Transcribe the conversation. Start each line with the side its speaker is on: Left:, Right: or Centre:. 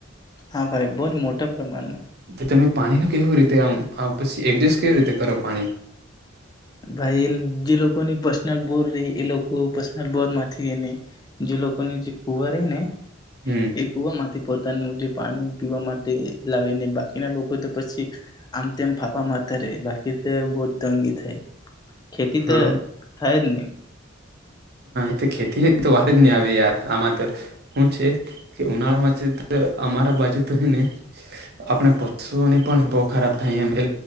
Left: હા ભાઈ બહુ જ મોટા પ્રમાણમાં.
Right: તો તમે પાણી ન કેવી રીતે આમ પછી એડજસ્ટ કેવી રીતે કરો પાણી
Left: ભાઈ એ જે લોકોની પર્સનલ બોર રહી એ લોકો પર્સનલ બોર માંથી એને જે લોકોકની જે પુંવારેને
Right: હમ
Left: એ કુવા માંથી પોત જે પાણી પીવા માટે લાવી ને બાકીના લોકો તો પછી આમ તેમમ ફાફા મારતા રહેે બાકી તો તંગી થેન્ક ખેતી
Right: હા
Left: તો થાય જ નહી
Right: તે ખેતી તો વાત જ નહી આવે યાર આમાં તો શું છે કે ઉનાળામાં અમારા બાજુ તો છે ને આપણે પશુઓને પણ બહુ ખરાબ થાય એમ એ